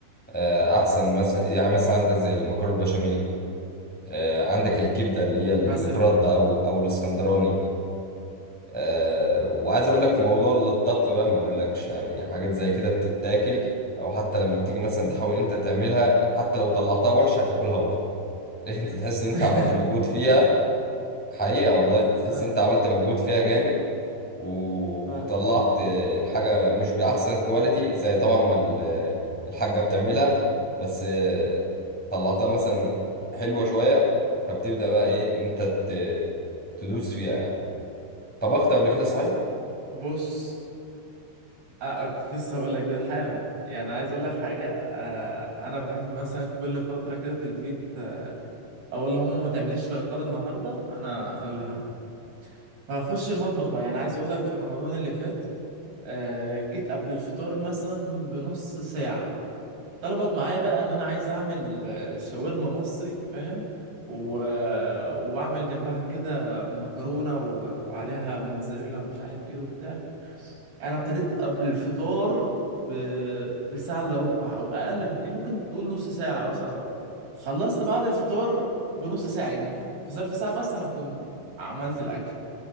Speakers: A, in the centre; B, on the right.
A: آه، احسن مثلا يعني مثلا عندك زي المكرونه البشاميل آه، عندك الكبده اللي هي البرد
B: مثلا
A: او او الاسكندراني آه، وعايز اقول لك في موضوع الطبخ بقى ما اقولكش يعني حاجات زي كده بتتاكل او حتى لما بتيجي مثلا
B: مم.
A: تحاول إن انت تعملها حتى لو طلعتها وحشه هتاكلها برضه لان انت تحس ان انت
B: <laughs>
A: عملت مجهود فيها حقيقة والله تحس
B: آه.
A: ان انت عملت مجهود فيها جامد وطلعت
B: آه.
A: آه، الحاجة مش بأحسن كواليتي زي طبعا ما ال- آه، الحاجة بتعملها بس آه، طلعتها مثلا حلوة شوية فبتبدأ بقى ايه ان انت ت- تدوس فيها يعني طبخت قبل كده صحيح؟
B: بص آه. آه، كنت لسه هقول لك ده حالا يعني عايز اقول لك حاجه آه. انا بحب مثلا كل فتره كده في البيت آه، اقول لماما ما تعمليش الغدا النهارده انا انا اللي هعمل فاخش المطبخ بقى يعني عايز اقول لك في رمضان اللي فات آه. جيت قبل الفطار مثلا بنص ساعه طلبت معايا بقى ان انا عايز اعمل آه، شاورما مصري فاهم و... آه، واعمل جنبها كده مكرونه و... وعليها موتزاريلا ومش عارف ايه وبتاع انا ابتديت قبل الفطار ب... بساعه الا ربع او اقل من يعني ممكن تقول نص ساعه او ساعه الا ربع خلصت بعد الفطار بنص ساعه يعني في ظرف ساعه بس انا كنت عملت الاكل